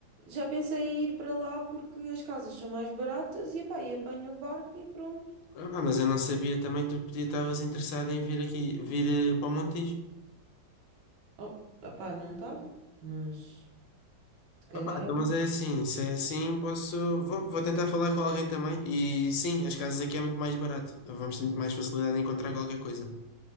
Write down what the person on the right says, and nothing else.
já pensei em ir para lá porque as casas são mais baratas e, epá, e apanho o barco e pronto.
Oh, epá, não estava, mas se calhar
é